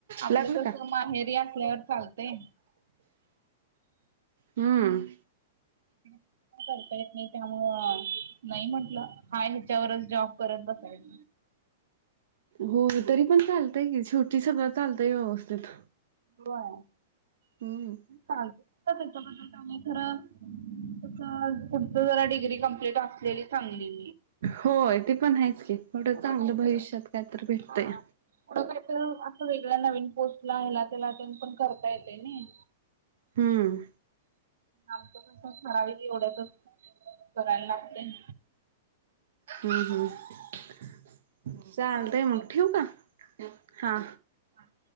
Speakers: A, on the right; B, on the right.
A: आपलं
B: लागलं
A: तसं
B: का
A: माहेरी असल्यावर चालते.
B: हम्म.
A: <unintelligible> करतायेत नाही त्यामुळं नाही म्हंटलं हाय ह्याच्यावरच जॉब करत बसायच.
B: होयतरी पण चालतय की शेवटी सगळं चालतय व्यवस्थीत
A: सूरु हाय.
B: हम्म.
A: चालते. <unintelligible> <unintelligible> खरं <unintelligible> जरा डिग्री कंप्लीट असलेली चांगली.
B: होय ते पण आहेच की पुढ चांगलं
A: पुढं काहीतर
B: भविष्यात काय तर भेटतय.
A: हा पुढं काय तर असा वेगळ्या नवीन पोस्ट ला हला त्याला तेन पण करता येते नय.
B: हम्म.
A: आमच कस ठराविक एवढ्यातच करावं लागतय.
B: हम्म हम्म चालतय
A: चालतंय
B: मग ठेऊ का हा.
A: आहे.